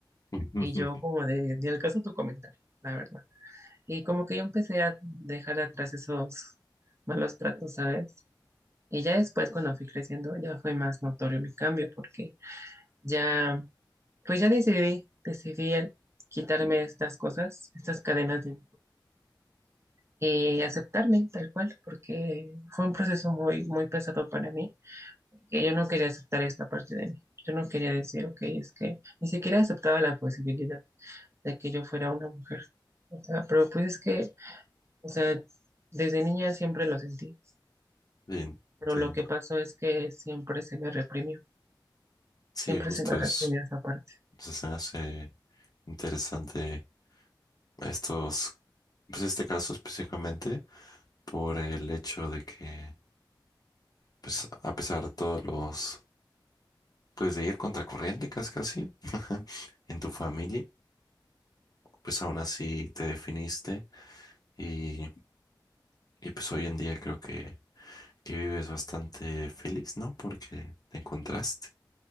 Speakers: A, on the left (about 55°); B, on the right (about 35°).
A: <laughs>
B: Y yo como de, de al caso tu comentario, la verdad. Y como que yo empecé a dejar atrás esos malos tratos, ¿sabes? Y ya después cuando fui creciendo ya fue más notorio mi cambio porque ya, pues ya decidí, decidí el quitarme estas cosas, estas cadenas de, y aceptarme tal cual porque fue un proceso muy, muy pesado para mí, que yo no quería aceptar esta parte de mí. Yo no quería decir, ok, es que ni siquiera aceptaba la posibilidad de que yo fuera una mujer. O sea, pero pues es que, o sea, desde niña siempre lo sentí,
A: Sí,
B: pero
A: entiendo.
B: lo que pasó es que siempre se me reprimió,
A: Sí,
B: siempre
A: justo
B: se me reprimió
A: eso.
B: esa parte.
A: O sea, se me hace interesante a estos, pues este caso específicamente, por el hecho de que, pues a pesar de todos los, pues de ir contracorriente casi casi en tu familia, pues aún así te definiste y, y pues hoy en día creo que, que vives bastante feliz, ¿no? Porque te encontraste.